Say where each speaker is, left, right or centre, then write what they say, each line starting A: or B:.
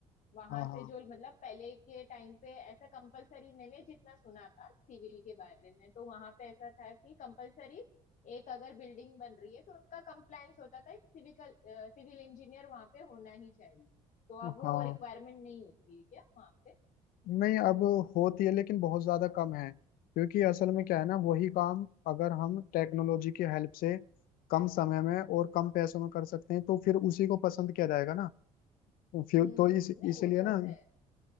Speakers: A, on the left; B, on the left.
A: वहां
B: हाँ
A: से
B: हाँ
A: जो मतलब पहले के टाइम पे ऐसा कंपलसरी मैंने जितना सुना था सिविल के बारे में तो वहां पे ऐसा था कि कंपलसरी एक अगर बिल्डिंग बन रही है तो उनका कंप्लायंस होता था कि सिविकल सिविल इंजीनियर वहां पे होना ही चाहिए तो अब वो
B: हाँ
A: रिक्वायरमेंट नहीं होती है क्या वहां पे
B: नहीं अब होती है लेकिन बहुत ज्यादा कम है क्योंकि असल में क्या है ना वही काम अगर हम टेक्नोलॉजी की हेल्प से कम समय में और कम पैसों में कर सकते हैं तो फिर उसी को पसंद किया जाएगा ना तो फिर
A: हम्म
B: तो इस इसलिए
A: नहीं वो तो
B: ना
A: है